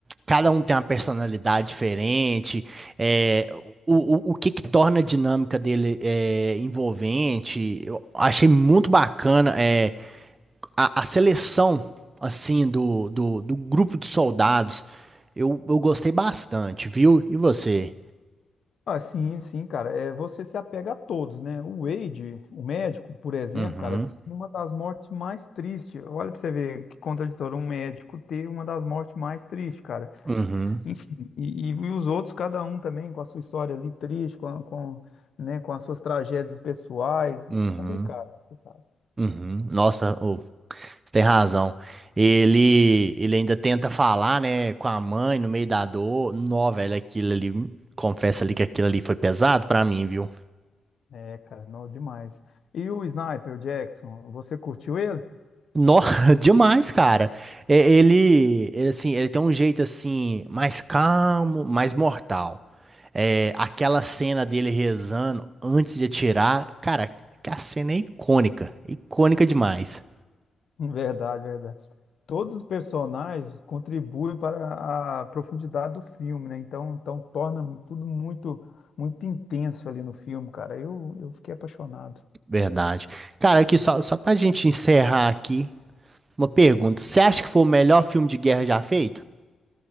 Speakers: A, on the right (about 40°); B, on the left (about 60°).
A: Cada um tem uma personalidade diferente. É, o, o, o que que torna a dinâmica dele é, envolvente? Eu achei muito bacana é, a, a seleção assim do, do, do grupo de soldados. Eu, eu gostei bastante, viu? E você?
B: Ah, sim, sim, cara. É, você se apega a todos, né? O Wade, o médico, por exemplo,
A: Uhum,
B: cara, uma das mortes mais tristes. Olha pra você ver que contraditório um médico ter uma das mortes mais tristes, cara.
A: uhum,
B: Enfim, e, e os outros, cada um também com a sua história ali triste, com, com, né, com as suas tragédias pessoais.
A: uhum,
B: Complicado, complicado.
A: uhum. Nossa, Você tem razão. Ele, ele ainda tenta falar, né, com a mãe no meio da dor. Nó, velho, aquilo ali, confesso ali que aquilo ali foi pesado pra mim, viu?
B: É, cara, não demais. E o Sniper, o Jackson, você curtiu ele?
A: Nó, <laughs> demais, cara. É, Ele, ele, assim, ele tem um jeito, assim, mais calmo, mais mortal. É, aquela cena dele rezando antes de atirar, cara, que a cena é icônica, icônica demais.
B: <laughs> Verdade, verdade. Todos os personagens contribuem para a profundidade do filme, né? Então, então torna tudo muito, muito intenso ali no filme, cara. Eu, eu fiquei apaixonado.
A: Verdade. Cara, aqui só, só pra gente encerrar aqui. Uma pergunta. Você acha que foi o melhor filme de guerra já feito?